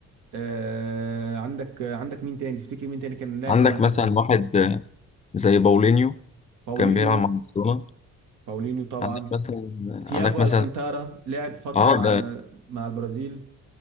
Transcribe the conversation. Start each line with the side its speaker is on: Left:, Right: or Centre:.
Right: آه، عندك آه، عندك مين تاني تفتكر مين تاني كان لاعب
Left: عندك
Right: في المركز
Left: مثلا
Right: ده
Left: واحد آه، زي باولينيو
Right: باولينيو
Left: كان بيلعب مع برشلونه
Right: باولينيو طبعا
Left: عندك مثلا
Right: تياجو
Left: عندك مثلا
Right: الكانتارا لعب فترة
Left: اه
Right: مع
Left: ده
Right: مع البرازيل